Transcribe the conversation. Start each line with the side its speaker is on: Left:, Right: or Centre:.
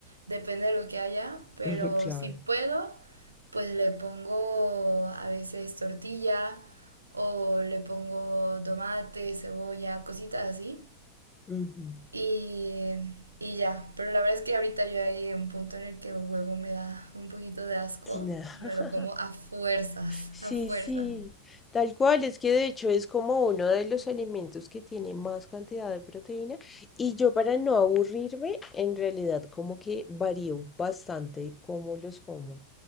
Right: depende de lo que haya, pero
Left: ujú, <laughs> Claro.
Right: si puedo, pues le pongo a veces tortilla o le pongo tomate, cebolla, cositas así.
Left: ujú,
Right: Y, y ya, pero la verdad es que ahorita yo ya llegué a un punto en el que el huevo me da un poquito de asco
Left: Claro.
Right: y me lo como a fuerzas,
Left: Sí,
Right: a fuerzas.
Left: sí, tal cual, es que de hecho es como uno de los alimentos que tiene más cantidad de proteína y yo para no aburrirme, en realidad como que varío bastante cómo los como.